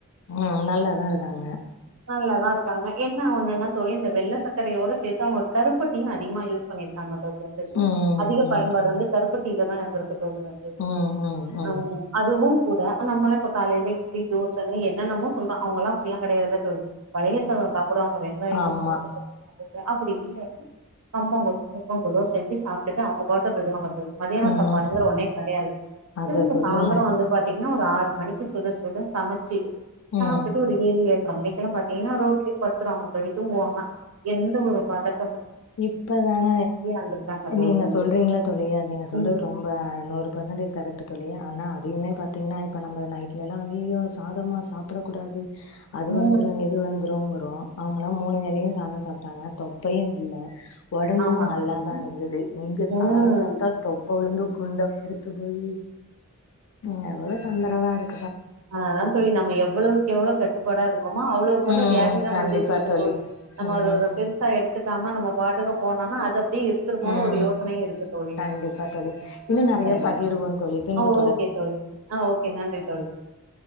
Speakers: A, on the left; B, on the right.
A: உ நல்லாதா இருக்காங்க.
B: நல்லதா இருக்காங்க என்ன ஒண்ணுன்னா தோழி இந்த வெள்ள சச்கரையோட சேத்து அவங்க. கருப்பட்டியு அதிகமா யூஸ் பண்ணிருக்காங்க தோழி வந்து
A: ம்
B: அதிக
A: ம்
B: பயன்பாடு வந்து கருப்பட் டில தா இந்துருக் க்கு தோழி வந்து
A: ம் ம் ம்
B: ஆ அதுவு கூட நம்ம இப்ப காலைல இட்லி தோசனு என்னன்னமோ சொல்ரோ அவங்க எல்லா அப்படில்லா கடையாது. <unintelligible> பழைய சாதெ சாப் போடுவாங்க வெங்காயோ
A: ஆமா
B: <unintelligible> அப்படி இல்லைன்னு கம்பங்கூலு, <unintelligible> செஞ்சு சாப்பிட்டுட்டு அவங்க பாட்டு போயி்டுவாங்க. மதியான
A: ம்
B: சாப்பாடுங்கற ஒன்னே கடையாது
A: அத
B: திரும்ப
A: சொல்லுங்க
B: சாந்திர வந்து பாத்தீங்க இன்ன ஒரு ஆறு மணிக்கு சுட சுட சமச்சு. சாப்டுட்டு
A: ம்
B: ஒரு ஏழு ஏழ்ர மணிக் பாத்திங்கனா அது ஒருட்டே பத்ராங்க போய் தூங்கு வாங்க எந்த ஒரு பாதட்
A: இப்பதான
B: இருந்திருக்காங்க தோழி
A: நீங்க
B: வந்து
A: சொல்றீங்கல்ல தோழி நீங்க அது சொல்றது
B: ம்
A: ரொம்ப நூறு பர்சன்டேஜ் கரெக்ட் தோழி. ஆனா அதையுமே பாத்திங்கன்னா இப்ப நம்ம நைட்லெல்லா அய்யயோ சாதமா சாப்பிடக்கூடாது. அது
B: ம்
A: வந்துரு இது வந்துருங்க க்கு அவுங்கலா மூனு வேலையு சாதோ சாப்பிட்டாங்க தொப்பையு இல்ல. <inaudible> ஒடம்பு
B: ஆமா
A: நல்லாதா
B: தோழி
A: இருந்தது இங்க
B: ம்
A: சாதோ சாப்ட்டா தொப் இப்பொழுந்து கொழுத்து குண்டா பெருத்து போயி. இங்க அவ்ளோ தொந்தரவா இருக்
B: அததா தோழி நம்ம எவ்வளவுக்கு எவ்ளோ கட்டுப்பாடா இருக்கோமோ அவ்வளவுக்கவ்ளோ
A: ம்
B: வியாதிதா
A: கண்டிப்பா
B: வந்துகிட்டு இருக்கு தோழி நம்ம
A: ம்
B: அதட பெருசா எடு த்துக்காம நம்ம பாட்டு போனன்னா அத இப்பிடி இருந்துருமோன்னு
A: ம்
B: ஒரு யோசனையு இருக்கு தோழி
A: கண்டிப்பா தோழி இன்னு நெறைய
B: சரிங்க
A: பகிர்வோம் தோழி பின்பு
B: ஆ ஓகே தோழி ஆ ஓகே நன்றி தோழி